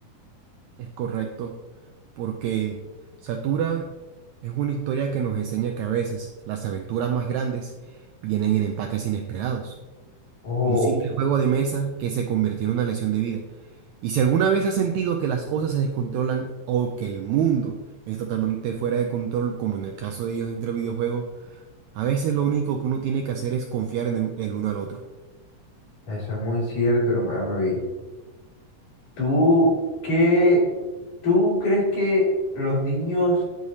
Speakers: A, on the right (about 85°); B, on the left (about 70°).
A: Es correcto, porque Satura es una historia que nos enseña que a veces las aventuras más grandes vienen en empates inesperados.
B: Oh,
A: Un simple juego de mesa que se convirtió en una lesión de vida. Y si alguna vez has sentido que las cosas se descontrolan o que el mundo es totalmente fuera de control, como en el caso de ellos entre videojuegos, a veces lo único que uno tiene que hacer es confiar en el el uno al otro.
B: eso es muy cierto, hermano. ¿Y tú qué, tú crees que los niños